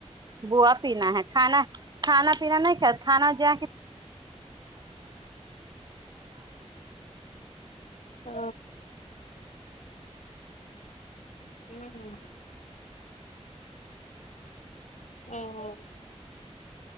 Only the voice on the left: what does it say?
ओ हँ ओँ